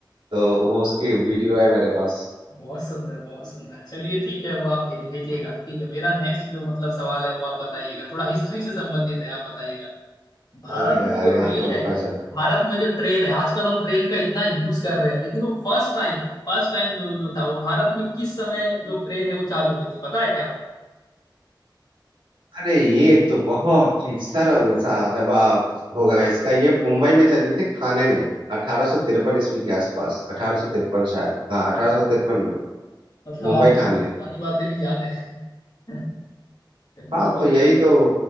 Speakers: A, on the right; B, on the left.
A: तो वो उसकी वीडियो है मेरे पास
B: बहुत सुंदर बहुत सुंदर चलिए ठीक है वो आप भेज भेजिएगा ठीक है मेरा नेक्स्ट जो मतलब सवाल है वो आप बताइएगा थोड़ा हिस्ट्री से संबंधित है आप बताइएगा भारत
A: अरे यार
B: में जो
A: यहाँ
B: रेल
A: तो
B: है
A: फंस जाता
B: भारत में जो ट्रेन है आजकल हम ट्रेन का इतना यूज कर रहे हैं लेकिन वो फर्स्ट टाइम फर्स्ट टाइम जो जो था वो भारत में किस समय जो ट्रेन है वो चालू हुई थी पता है क्या आपको
A: अरे ये तो बहुत ही सरल सा जवाब होगा इसका ये मुंबई में चली थी ठाणे में अठारह सौ तिरपन ईस्वी के आसपास अठारह सौ तिरपन शायद हाँ अठारह
B: अरे
A: सौ तिरपन में
B: मतलब
A: मुंबई
B: आपको
A: ठाणे
B: इतनी पुरानी बातें भी याद है <laughs> चलिए
A: हाँ
B: बहुत
A: तो यही
B: अच्छे से बात
A: तो